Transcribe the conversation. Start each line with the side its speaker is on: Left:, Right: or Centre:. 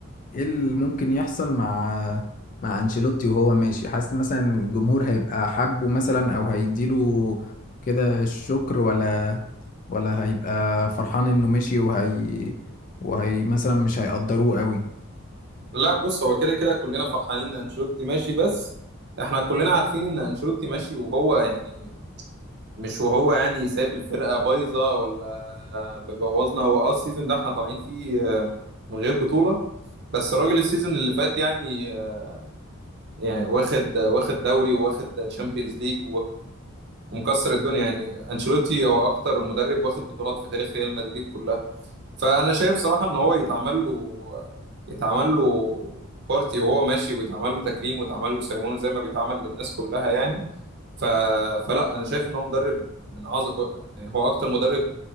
Left: ايه اللي ممكن يحصل مع مع انشيلوتي وهو ماشي حاسس مثلا الجمهور هيبقى حبه مثلا او هيديله كده الشكر ولا ولا هيبقى فرحان انه مشي وهي وهي مثلا مش هيقدروه قوي
Right: لا بص هو كده كده كلنا فرحانين ان انشيلوتي ماشي بس احنا كلنا عارفين ان انشيلوتي ماشي وهو يعني مش وهو يعني سايب الفرقه بايظه ولا مبوظنا هو اه السيزون ده احنا طالعين فيه آه، من غير بطوله بس الراجل السيزون اللي فات يعني آه، يعني واخد واخد دوري وواخد تشامبيونز ليج ومكسر الدنيا يعني انشيلوتي هو اكتر مدرب واخد بطولات في تاريخ ريال مدريد كلها فانا شايف صراحه ان هو يتعمل له يتعمل له بارتي وهو ماشي ويتعمل له تكريم ويتعمل له سيريموني زي ما بيتعمل للناس كلها يعني ف... فلا انا شايف ان هو مدرب من اعظم يعني هو اكتر مدرب